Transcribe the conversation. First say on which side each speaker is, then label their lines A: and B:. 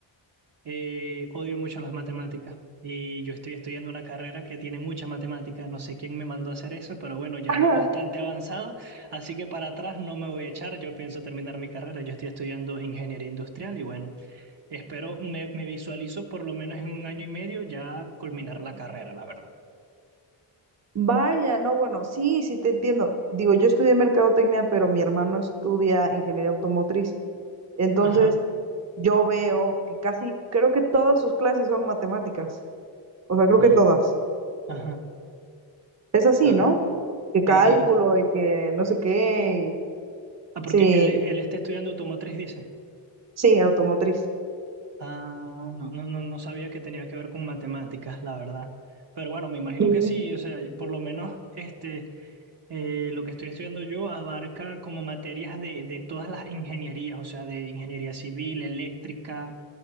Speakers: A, on the right (about 55°); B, on the right (about 35°).
A: eh, odio mucho las matemáticas y yo estoy estudiando una carrera que tiene muchas matemáticas. No sé quién me mandó a hacer eso, pero bueno, ya
B: Ajá.
A: voy bastante avanzado, así que para atrás no me voy a echar. Yo pienso terminar mi carrera. Yo estoy estudiando ingeniería industrial y bueno, espero, me, me visualizo por lo menos en un año y medio ya culminar la carrera, la verdad.
B: Vaya, no, bueno, sí, sí te entiendo. Digo, yo estudié mercadotecnia, pero mi hermano estudia ingeniería automotriz. Entonces,
A: Ajá,
B: yo veo que casi, creo que todas sus clases son matemáticas. O sea, creo
A: no,
B: que todas.
A: ajá,
B: Es así,
A: ah,
B: ¿no? Que cálculo
A: eh, eh.
B: y que no sé qué. y-
A: Ah, porque
B: Sí,
A: él, él está estudiando automotriz, dice.
B: sí, automotriz.
A: Ah, no, no, no, no sabía que tenía que ver con matemáticas, la verdad. Pero bueno, me imagino
B: Sí.
A: que sí, o sea, por lo menos este, eh, lo que estoy estudiando yo abarca como materias de, de todas las ingenierías, o sea, de ingeniería civil, eléctrica,